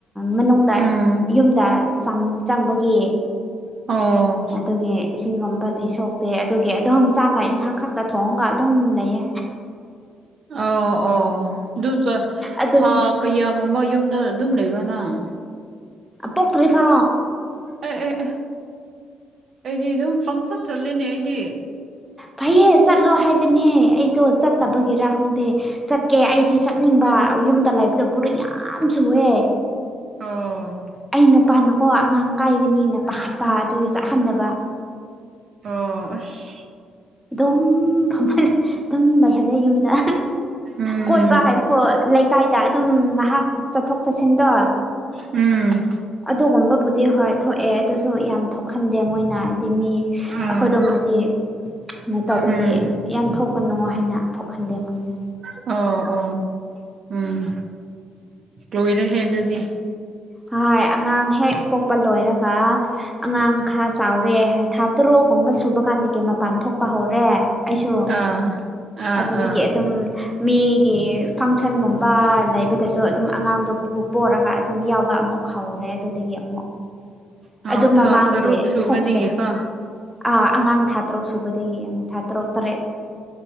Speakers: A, in the centre; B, on the right (about 55°).
A: ꯃꯅꯨꯡꯗ
B: ꯎꯝ
A: ꯌꯨꯝꯗ ꯆꯪ ꯆꯪꯕ ꯗꯤ
B: ꯑꯣ
A: ꯑꯗꯨꯒꯤ ꯏꯁꯤꯡꯒꯨꯝꯕꯗꯤ ꯁꯣꯛꯇꯦ ꯑꯗꯨꯒꯤ ꯑꯗꯨꯝ ꯆꯥꯛꯀ ꯏꯟꯁꯥꯡ ꯈꯛꯇ ꯊꯣꯡꯉꯒ ꯑꯗꯨꯝ ꯂꯩꯌꯦ
B: ꯑꯣ ꯑꯣ ꯑꯗꯨꯁꯨ
A: ꯑꯗꯨꯒꯤ
B: ꯊꯥ ꯀꯌꯥꯒꯨꯝꯕ ꯌꯨꯝꯗ ꯑꯗꯨꯝ ꯂꯩꯕ꯭ꯔ ꯅꯪ
A: ꯄꯣꯛꯇ꯭ꯔꯤ ꯐꯥꯎ
B: ꯑꯦ ꯑꯦ ꯑꯦ ꯑꯩꯗꯤ ꯑꯗꯨꯝ ꯄꯪꯆꯠ ꯆꯠꯂꯦꯅꯦ ꯑꯩꯗꯤ
A: ꯐꯩꯍꯦ ꯆꯠꯂꯣ ꯍꯥꯏꯕꯅꯦꯍ ꯑꯩꯗꯣ ꯆꯠꯇꯕꯒꯤꯔꯥ ꯈꯪꯗꯦ ꯆꯠꯀꯦ ꯑꯩꯗꯤ ꯆꯠꯅꯤꯡꯕ ꯌꯨꯝꯗ ꯂꯩꯕꯗ ꯄꯣꯔꯤꯡ ꯌꯥꯝ ꯆꯨꯢꯑꯦ
B: ꯑꯣ
A: ꯑꯩ ꯅꯨꯄꯥꯅꯀꯣ ꯑꯉꯥꯡ ꯀꯥꯏꯒꯅꯤꯅ ꯄꯥꯈꯠꯄ ꯑꯗꯨꯒꯤ ꯆꯥꯠꯍꯟꯗꯕ
B: ꯑꯣ ꯑꯁ
A: ꯑꯗꯨꯝ ꯐꯝꯃ ꯑꯗꯨꯝ ꯂꯩꯍꯜꯂꯦ ꯌꯨꯝꯗ
B: ꯎꯝ
A: ꯀꯣꯏꯕ ꯍꯥꯏꯕꯕꯨ ꯂꯩꯀꯥꯏꯗ ꯑꯗꯨꯝ ꯉꯥꯏꯍꯥꯛ ꯆꯠꯊꯣꯛ ꯆꯠꯁꯤꯟꯗꯣ
B: ꯎꯝ
A: ꯑꯗꯨꯒꯨꯝꯕꯕꯨꯗꯤ ꯍꯣꯏ ꯊꯣꯛꯑꯦ ꯑꯗꯨꯁꯨ ꯌꯥꯝ ꯊꯣꯛ ꯈꯪꯗꯦ ꯃꯣꯏꯅ ꯍꯥꯏꯗꯤ ꯃꯤ ꯑꯩꯈꯣꯏꯔꯣꯝꯗꯗꯤ
B: ꯑꯥ
A: ꯅ ꯇꯧꯕꯒꯤ
B: ꯎꯝ
A: ꯌꯥꯝ ꯊꯣꯛꯀꯅꯣ ꯍꯥꯏꯅ ꯊꯣꯛꯍꯟꯗꯦ ꯃꯣꯏꯅ
B: ꯑꯣ ꯑꯣ ꯎꯝ ꯂꯣꯏꯔꯦꯍꯦ ꯑꯗꯨꯗꯤ
A: ꯍꯣꯢ ꯑꯉꯥꯡ ꯍꯦꯛ ꯄꯣꯛꯄ ꯂꯣꯏꯔꯒ ꯑꯉꯥꯡ ꯈꯔ ꯆꯥꯎꯔꯦ ꯊꯥ ꯇꯔꯨꯛꯒꯨꯝꯕ ꯁꯨꯕ ꯀꯥꯟꯗꯗꯒꯤ ꯃꯄꯥꯟ ꯊꯣꯛ ꯄꯥ ꯍꯧꯔꯦ ꯑꯩꯁꯨ
B: ꯑꯥ ꯑꯥ
A: ꯑꯗꯨꯗꯒꯤ
B: ꯑꯥ
A: ꯑꯗꯨꯝ ꯃꯤꯒꯤ ꯐꯪꯁꯟꯒꯨꯝꯕ ꯂꯩꯕꯗꯁꯨ ꯑꯗꯨꯝ ꯑꯉꯥꯡꯗꯣ ꯄꯣꯔꯒ ꯑꯗꯨꯝ ꯌꯥꯎ ꯑꯃꯨꯛ ꯍꯧꯕ ꯑꯗꯨꯗꯒꯤ ꯑꯃꯨꯛ
B: ꯑꯥ
A: ꯑꯗꯨ
B: ꯊꯥ
A: ꯃꯃꯥꯡꯗꯒꯤ
B: ꯇꯔꯨꯛ ꯁꯨꯕꯗꯒꯤꯀꯣ
A: ꯊꯣꯛꯇꯦ ꯑꯥ ꯑꯉꯥꯡ ꯊꯥ ꯇꯔꯨꯛ ꯁꯨꯕꯗꯒꯤ ꯊꯥ ꯇꯔꯨꯛ ꯇꯔꯦꯠ